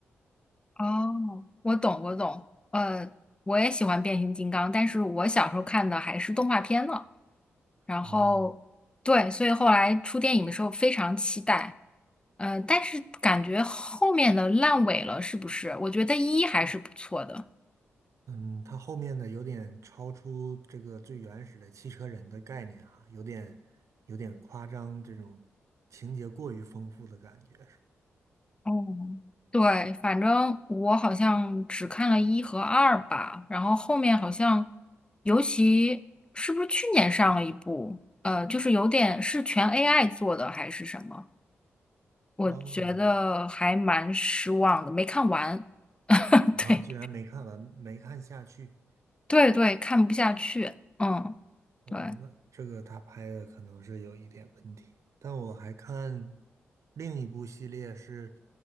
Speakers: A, on the left; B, on the right.
A: 哦，我懂，我懂。呃，我也喜欢变形金刚，但是我小时候看的还是动画片呢。然后，
B: 哦，
A: 对，所以后来出电影的时候非常期待。嗯，但是感觉后面的烂尾了，是不是？我觉得一还是不错的。
B: 嗯，它后面的有点超出这个最原始的汽车人的概念哈，有点有点夸张，这种情节过于丰富的感觉是吧？
A: 哦，对，反正我好像只看了一和二吧，然后后面好像，尤其是不是去年上了一部，呃，就是有点是全 AI 做的还是什么？我觉得还蛮失望的，
B: 哦，
A: 没看完。<laughs>
B: 啊，
A: 对
B: 居然没看完，没看下去。
A: 对对，看不下去。嗯，
B: 哦，
A: 对。
B: 那这个他拍的可能是有一点问题。但我还看另一部系列是